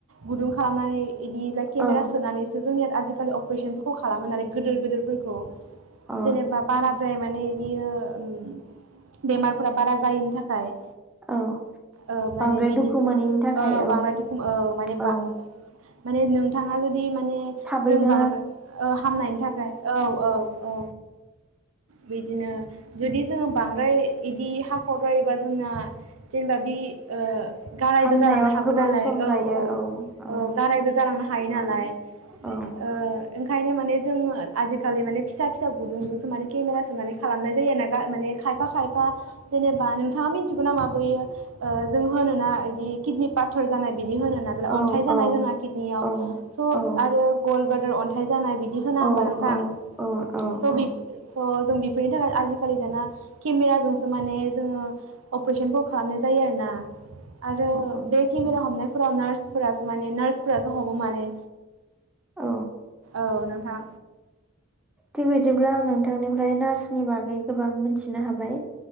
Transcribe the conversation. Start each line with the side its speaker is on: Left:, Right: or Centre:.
Right: गुदुं खालामनानै इदिलाय केमेरा
Centre: औ
Right: सोनानैसो जोंनिया आजिखालि अप्रेसोनफोरखौ खालामो नालाय गोदोर गोदोरफोरखौ
Centre: औ
Right: जेनेबा बाराद्रायब माने बियो उम बेमारफोरा बारा जायिनि थाखाय।
Centre: औ
Right: ओ माने
Centre: बांद्राय
Right: बिदिसो
Centre: दुखु मोनैनि
Right: ओ
Centre: थाखाय औ
Right: बांद्राय दुखु ओ माने बा
Centre: औ
Right: माने नोंथाङा जुदि मा ने
Centre: थाबैनो
Right: जों बां ओ हामनायनि थाखाय औ औ औ। बिदिनो जुदि जोङो बांद्राय इदि हाखावद्रायोबा जोंना जेनेबा बि ओ गारायबो
Centre: हामनायाव
Right: जालांनो हागौ
Centre: गोबाव
Right: नालाय
Centre: सम
Right: औ औ
Centre: लायो औ
Right: ओ गारायबो जालांनो हायो
Centre: औ
Right: नालाय
Centre: औ
Right: ओ ओंखायनो माने जोङो आजिखालि माने फिसा फिसा गुदुंजोंसो माने केमेरा सोनानै खालामनाय जायो ना गा माने खायफा खायफा जेनेबा नोंथाङा मिन्थिगो नामा बैयो ओ जोंहानोना इदि किदनि पाथर जानाय? बिदि होनोना जेला
Centre: औ
Right: अन्थाय जानाय
Centre: औ
Right: जोंहा किदनिआव
Centre: औ
Right: सब
Centre: औ
Right: आरो गलबाल रो अन्थाइ जानाय बिदि होना होमबा
Centre: औ
Right: नोंथां?
Centre: औ औ
Right: स'
Centre: औ
Right: बिब स' जों बेफोरनि थाखाय आजिखालि दाना केमेराजोंसो माने जोङो अपरेशोनखौ खालामनाय जायो आरो ना आरो
Centre: औ
Right: बे खेमेरा हमनाय फुरा नार्सफोरासो माने नार्सफोरासो हमो माने
Centre: अ
Right: औ नोंथां
Centre: थिग बिदिब्ला आं नोंथांनिफ्राय नार्सनि बागै गोबां मिथिनो हाबाय।